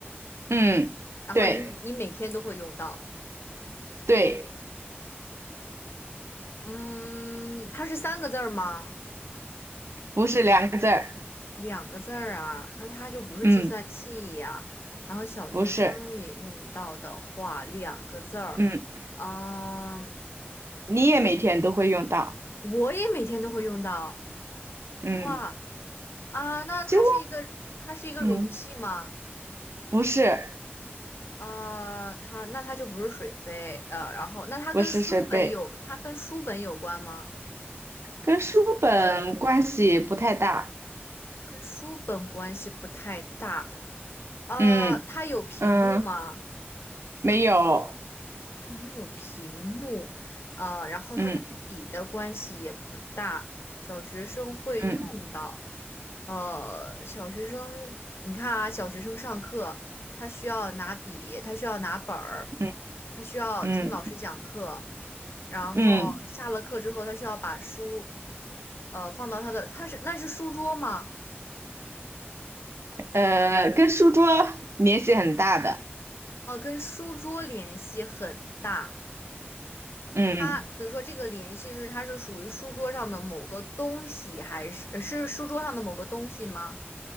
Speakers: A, on the right; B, on the left.
A: 嗯，
B: 然后你你每天都会用到。
A: 对对，
B: 嗯，它是三个字儿吗？
A: 不是两个字儿。
B: 两个字儿啊，那它就不是计算器呀。
A: 嗯，
B: 然后小学生也用到的话，
A: 不是。
B: 两个字儿，
A: 嗯，
B: 嗯，
A: 你也每天都会用到。
B: 我也每天都会用到。
A: 嗯，
B: 哇啊，那它是一个它是一个容器吗？
A: 就嗯，不是
B: 呃，它那它就不是水杯，呃，然后那它跟书本有它跟书本有关吗？
A: 不是设备，跟书本关系不太大。
B: 跟书本关系不太大。呃，
A: 嗯嗯，
B: 它有屏幕吗？
A: 没有。
B: 它没有屏幕。呃，然后它跟笔的关系也不大，
A: 嗯
B: 小学生会用到。
A: 嗯
B: 呃，小学生，你看啊，小学生上课，他需要拿笔，他需要拿本儿。
A: 嗯
B: 他需要听老师讲课，
A: 嗯
B: 然后下了课之后，
A: 嗯，
B: 他需要把书，呃，放到他的，他是那是书桌吗？
A: 呃，跟书桌联系很大的。
B: 哦、跟书桌联系很大。
A: 嗯，
B: 他比如说这个联系是它是属于书桌上的某个东西，还是呃是书桌上的某个东西吗？